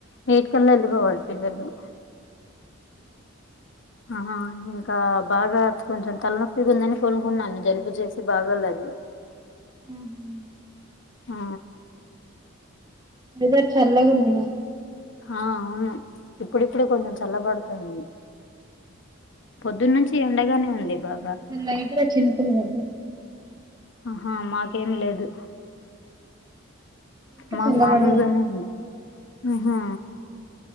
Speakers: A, on the left (about 60°); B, on the right (about 20°).
A: ఎయిట్ కల్ల ఎల్లి ఎల్లిపోవలిసిందే మేము ఆహా ఇంకా బాగా కొంచెం తలనొప్పిగుందని పనుకున్నాను జలుబు చేసి బాగా లేక
B: ఉహు
A: ఆ
B: వెదర్ చల్లగా ఉంది.
A: ఆ అవును ఇప్పుడిప్పుడే కొంచెం చల్లబడతంది. పొద్దున్నుంచి ఎండగానే ఉంది బాగా
B: లైట్ గా చినుకులు పడ్డాయి.
A: ఆహా మాకేమి లేదు.
B: ఇంకా
A: మాకు
B: చల్లబడే
A: మామూలుగానే ఉంది ఆహా